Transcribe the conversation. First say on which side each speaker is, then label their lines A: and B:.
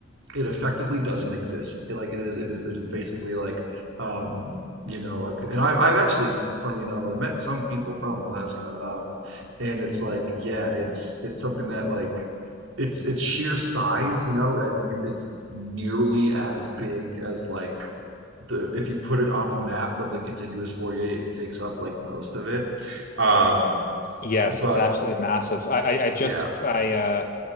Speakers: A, on the right; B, on the left.
A: it effectively doesn't exist. It, like it is, it is, it is basically like, um, you know, like, and I've, I've actually, funnily enough, I've met some people from Alaska, um, and it's like, yeah, it's it's something that like, it's it's sheer size, you know, I think it, it's nearly as big as like the if you put it on a map of the contiguous 48, it takes up like most of it. Um,
B: Yes,
A: but
B: it's absolutely massive. I I, I just
A: yeah,
B: I uh